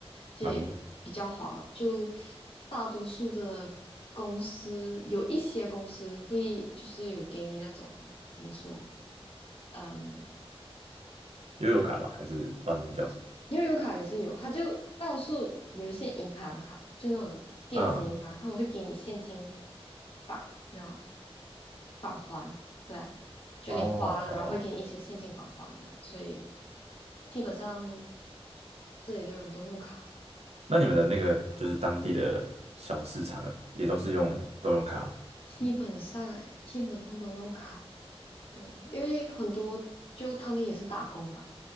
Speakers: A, on the left; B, on the right.
A: 这也比较划。
B: 蛮
A: 就大多数的公司，有一些公司会就是有给你那种怎么说，嗯。
B: 悠游卡吗？还是不知道你们叫什么？
A: 悠游卡也是有，他就到处有一些银行卡，就那种电子银行，
B: 嗯，哦
A: 他们会给你现金返，那种返还这样，就你花了，
B: 哦，
A: 然后会给你一些现金返还这样，所以基本上这里的人都用卡，
B: 那你们的那个就是当地的小市场欸，也都是用都用卡？
A: 基本上诶，基本上都用卡，对，因为很多就他们也是打工嘛，